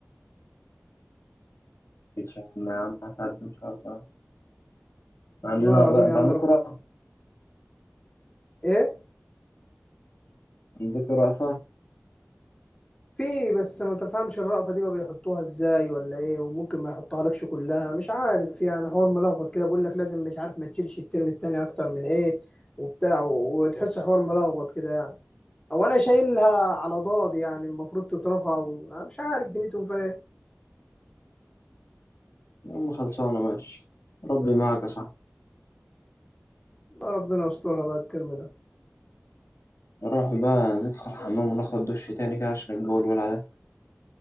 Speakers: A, on the left (about 65°); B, on the left (about 20°).
A: متقلقش يا عم يا عم هتعدي ان شاء الله عندنا
B: والله العظيم
A: الر... انت
B: يا عم
A: عندكوا
B: رب
A: رأفة
B: ايه
A: عندكوا رأفة
B: في بس ما تفهمش الرأفة دي بقى بيحطوها ازاي ولا ايه وممكن ما يحطها لكش كلها مش عارف يعني حوار ملخبط كده بقول لك لازم مش عارف ما تشيلش الترم التاني اكتر من ايه وبتاع وتحس حوار ملخبط كده يعني او انا شايلها على ضاد يعني المفروض تترفع و... أنا مش عارف دنيتهم فيها ايه
A: يا عم خلصانة ماشي ربي معاك يا صاحبي
B: لا ربنا يسترها بقى الترم ده
A: نروح بقى ندخل الحمام وناخد دش تاني كده عشان الجو الولع ده